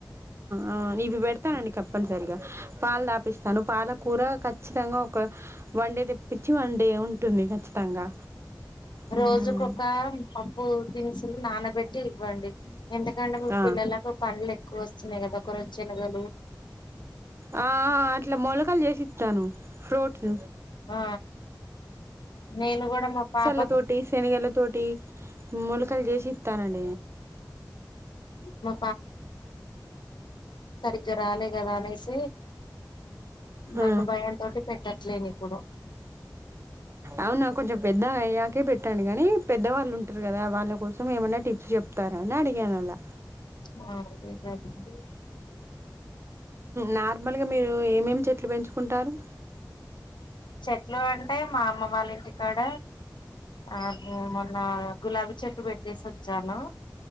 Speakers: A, on the right; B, on the left.
A: ఆ ఇవి పెడతానండి తప్పనిసరిగా పాలు దాపిస్తాను పాల కూర ఖచ్చితంగా ఒక వన్ డే తెప్పించి వన్ డే ఉంటుంది ఖచ్చితంగా ఉమ్
B: రోజుకొక పప్పు తినసు అసలు నానబెట్టి ఇవ్వండి ఎందుకంటే మా
A: ఆ
B: పిల్లలకు పనులు ఎక్కువ వస్తున్నాయి కదా ఒకరు వచ్చిలగాలి
A: ఆ అట్లా మొలకలు చేసిస్తాను ఫ్రూట్స్
B: ఆ నేను కూడా మా పాప
A: ల తోటి శనగల తోటి మూలకలు చేసి ఇస్తానండి
B: మా ఇగర ఆాల కదా అనే స నాకు
A: ఆ
B: భయం తోటి పెట్టి పెట్టట్లేని ఇప్పుడు
A: అవునా కొంచెం పెద్ద అయ్యాకే పెట్టాంను గానీ పెద్దవాళ్ళు ఉంటారు కదా వాళ్ళ కోసం సో మేమైన్నా టిప్స్ చెప్తారా అని అడిగాను అలా
B: హా అంతేకదండి
A: నార్మల్ గా మీరు ఏమేమి చె ఎట్లు పెంచుకుంటారు
B: చెట్లు అంటే మా అమ్మ వాళ్ళ ఇంటికాడ అే మొన్న గులాబీ చెట్టు పెట్టేసి వచ్చాను